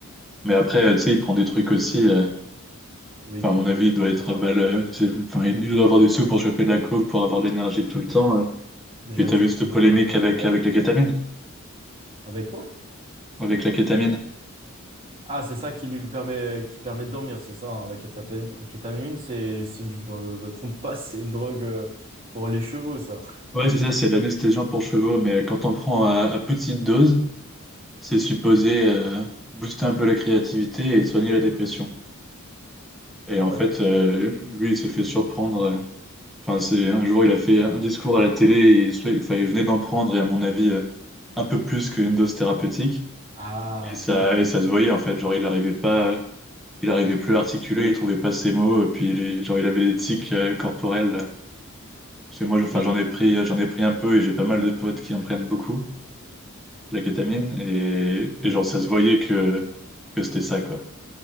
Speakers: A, in the centre; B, on the right (about 25°).
A: Mais après, euh, tu sais, il prend des trucs aussi. euh,
B: oui,
A: Enfin,
B: il doit
A: à mon
B: prendre
A: avis, il
B: comment
A: doit être
B: déjà
A: à balle. euh, c'est- Enfin, il doit avoir des sous pour choper de la coke, pour avoir de l'énergie tout le temps. euh,
B: Déjà
A: Puis t'as
B: qu'il
A: vu
B: prend
A: cette polémique
B: de l'opium pour
A: avec,
B: dormir.
A: avec la kétamine?
B: Avec quoi?
A: Avec la kétamine.
B: Ah, c'est ça qui lui permet qui permet de dormir, c'est ça, hein, la kétamine, la kétamine, c'est si je me me trompe pas, c'est une drogue euh, pour les chevaux ça.
A: Ouais, c'est ça, c'est de l'anesthésiant pour chevaux, mais quand on prend à, à petite dose, c'est supposé euh, booster un peu la créativité et soigner la dépression. Et
B: Ah
A: en
B: ouais.
A: fait, euh, lui, il s'est fait surprendre. euh, Enfin, c'est un jour, il a fait un discours à la télé, et, soit- enfin, il venait d'en prendre, et à mon avis, euh, un peu plus qu'une dose thérapeutique.
B: Ah,
A: Et ça,
B: ça sera
A: et ça se voyait, en fait. Genre, il n'arrivait pas, il arrivait
B: ah,
A: plus à articuler, il trouvait pas ses mots, et puis, il- genre, il avait des tics euh, corporels. Parce que moi, je- enfin,
B: Mais
A: j'en ai pris, j'en ai pris un peu et j'ai pas mal de potes qui en prennent beaucoup, la kétamine. Et, et
B: euh,
A: genre, ça se voyait que, que c'était ça, quoi.